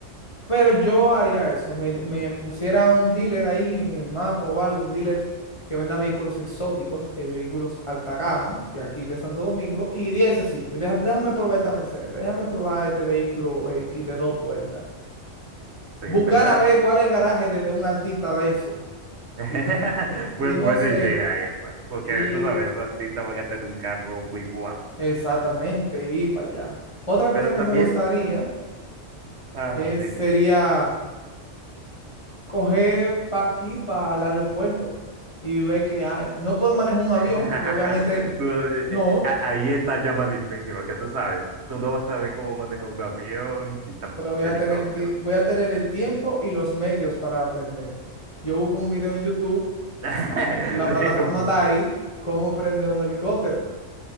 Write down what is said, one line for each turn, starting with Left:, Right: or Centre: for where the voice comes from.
Left: Pero yo haría eso, me, me pusiera un dealer ahí en el mapa o algo, un dealer que venda vehículos exóticos, eh, vehículos alta gama de aquí de Santo Domingo, y iría a ese sitio. Deja- déjame probar esta Mercedes, déjame probar este vehículo X de dos puertas.
Right: sí,
Left: Buscar
Right: en verdad
Left: a ver cuál es el garaje de, de un artista de eso.
Right: <laughs>
Left: Y, y
Right: Pues
Left: no
Right: buena
Left: sé.
Right: idea esa, porque
Left: Y
Right: tú sabes, los artistas van a tener un carro muy guau.
Left: exactamente, y para allá. Otra cosa
Right: Pero
Left: que
Right: también,
Left: me gustaría
Right: ajá,
Left: es,
Right: dime.
Left: sería coger para aquí, para el aeropuerto, y ver qué hay. No puedo manejar un avión,
Right: <laughs>
Left: porque obviamente
Right: No, eh,
Left: no,
Right: eh, a- Ahí está ya más difícil, porque tú sabes, tú no vas a saber cómo manejar un avión y tampoco
Left: pero voy
Right: un
Left: a
Right: helicóptero.
Left: tener, tie- voy a tener el tiempo y los medios para aprender. Yo busco un video en YouTube,
Right: <laughs> Digo,
Left: si, si la plataforma
Right: pues,
Left: está ahí, cómo prender un helicóptero.